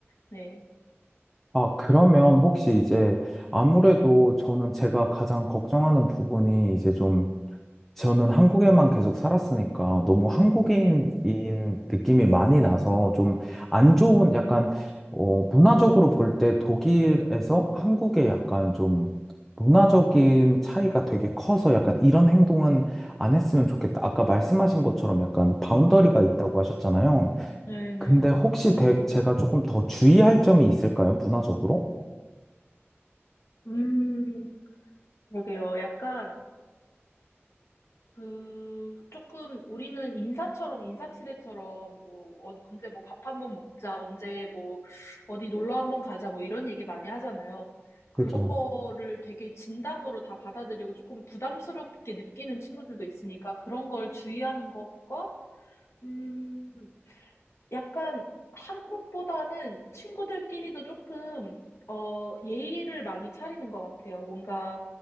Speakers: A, on the left; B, in the centre.
A: 네.
B: 아, 그러면 혹시 이제 아무래도 저는 제가 가장 걱정하는 부분이 이제 좀 저는 한국에만 계속 살았으니까 너무 한국인인
A: 음, 음,
B: 느낌이 많이 나서 좀 안
A: 음,
B: 좋은 약간 어 문화적으로 볼 때 독일에서 한국의 약간 좀 문화적인 차이가 되게 커서 약간 이런 행동은 안 했으면 좋겠다. 아까 말씀하신 것처럼 약간 바운더리가
A: 음.
B: 있다고 하셨잖아요.
A: 네네.
B: 근데 혹시 대- 제가 조금 더 주의할 점이 있을까요? 문화적으로?
A: 음, 그러게요. 약간 그 조금 우리는 인사처럼 인사치레처럼 뭐 어- 언제 뭐 밥 한번 먹자, 언제 뭐 어디 놀러 한번 가자 뭐 이런 얘기 많이 하잖아요. 그런
B: 그죠.
A: 거를 되게 진담으로 다 받아들이고 조금 부담스럽게 느끼는 친구들도 있으니까 그런 걸 주의하는 것과 음, 약간 한국보다는 친구들끼리도 조금, 어, 예의를 많이 차리는 것 같아요. 뭔가,